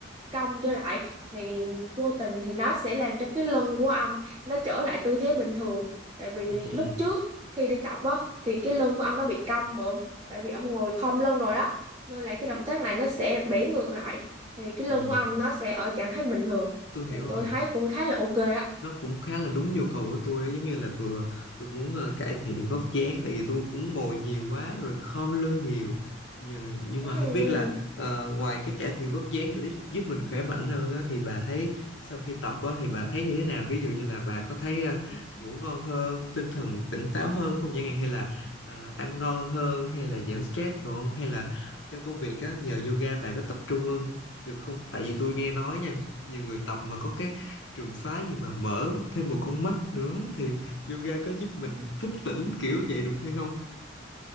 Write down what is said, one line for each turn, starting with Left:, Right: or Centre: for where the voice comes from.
Right: cong trở lại thì vô tình thì nó sẽ làm cho cái lưng của ông nó trở lại tư thế bình thường tại vì
Left: ừ, ừ,
Right: lúc trước khi đi tập á thì cái lưng của ông nó bị cong mà tại vì ông ngồi khom lưng rồi đó nên là cái động tác này nó sẽ bẻ ngược lại thì cái
Left: ừ,
Right: lưng của ông nó sẽ ở trạng thái bình thường
Left: tôi
Right: thì
Left: hiểu
Right: tôi
Left: rồi.
Right: thấy cũng khá là ok á
Left: nó cũng khá là đúng nhu cầu của tôi ấy. giống như là vừa tôi muốn ờ, cải thiện vóc dáng tại vì tôi cũng ngồi nhiều quá rồi khom lưng nhiều nhưng, nhưng
Right: ừ
Left: mà không biết
Right: ừ
Left: là ờ, ngoài cái cải thiện vóc dáng thì lý- giúp mình khỏe mạnh hơn á, thì bà thấy sau khi tập á, thì bà thấy như thế nào ví dụ như là bà có thấy ờ, ngủ ngon hơn tinh thần tỉnh táo hơn không chẳng hạn hay là ờ, ăn ngon hơn hay là giảm stress đúng không hay là trong công việc á, nhờ yoga bà có tập trung hơn được không tại vì tôi nghe nói nha nhiều người tập mà có cái trường phái gì mà mở thêm một con mắt nữa thì yoga có giúp mình thức tỉnh kiểu vậy được hay không?